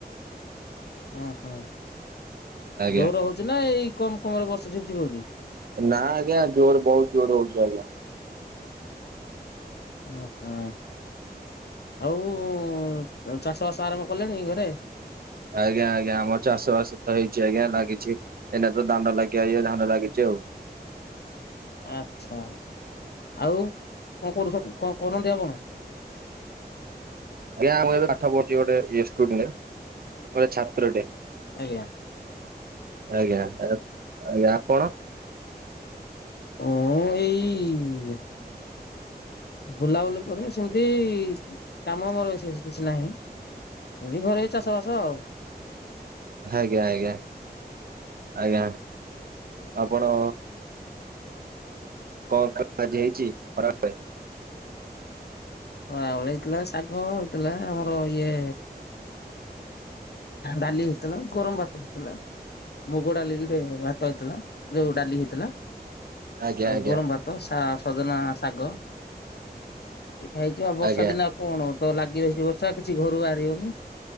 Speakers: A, on the left (about 75°); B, on the right (about 65°).
A: ଓହୋ,
B: ଆଜ୍ଞା
A: ଜୋର ହଉଚି ନା ଏଇ କମ୍ କମରେ ବର୍ଷା ଝିପଝିପ ହଉଚି?
B: ନା ଆଜ୍ଞା ଜୋର ବହୁତ ଜୋର ହଉଚି ଆଜ୍ଞା।
A: ଓ ହଁ ଆଉ ଚାଷ ବାସ ଆରମ୍ଭ କଲେଣି ଘରେ?
B: ଆଜ୍ଞା ଆଜ୍ଞା ଆମର ଚାଷ ବାସ ତ ହେଇଚି ଆଜ୍ଞା ଲାଗିଛି। ଏଇନା ତ ଧାନ ଲାଗିଆ ଇଏ ଧାନ ଲାଗିଚି ଆଉ।
A: ଆଚ୍ଛା ଆଉ କଁ କରୁଛନ୍ତି କଁ କରନ୍ତି ଆପଣ?
B: ଆଜ୍ଞା ମୁଁ ଏବେ ପାଠ ପଢୁଚେ ଗୋଟେ <unintelligible> ଗୋଟେ ଛାତ୍ରଟେ।
A: ଆଜ୍ଞା
B: ଆଜ୍ଞା, ଆଜ୍ଞା ଆପଣ?
A: ମୁଁ ଏଇ ବୁଲାବୁଲି କରେ ସେମତି କାମ ମୋର ବିଶେଷ କିଛି ନାହିଁ। ଏନ୍ତି ଘରେ ଚାଷବାସ ଆଉ।
B: ଆଜ୍ଞା ଆଜ୍ଞା ଆଜ୍ଞା। ଆପଣ କଁ ଖାଇବା ଆଜି ହେଇଚି ଖରାବେଳେ?
A: ଖରାବେଳେ ହେଇଥିଲା ଶାଗ ହେଇଥିଲା ଆମର ଇଏ ଡାଲି ହେଇଥିଲା ଗରମ ଭାତ ହେଇଥିଲା। ମୁଗ ଡାଲିକିରେ ଭାତ ହେଇଥିଲା ଯୋଉ ଡାଲି ହେଇଥିଲା।
B: ଆଜ୍ଞା
A: ଆଉ
B: ଆଜ୍ଞା
A: ଗରମ ଭାତ ସା ସଜନା ଶାଗ। ଏଇ ଖାଇଛ ଆଉ ବର୍ଷା
B: ଆଜ୍ଞା
A: ଦିନେ ଆଉ କଣ ତ ଲାଗି ରହିଚି ବର୍ଷା କିଛି ଘରୁ ବାହାରି ହଉନି।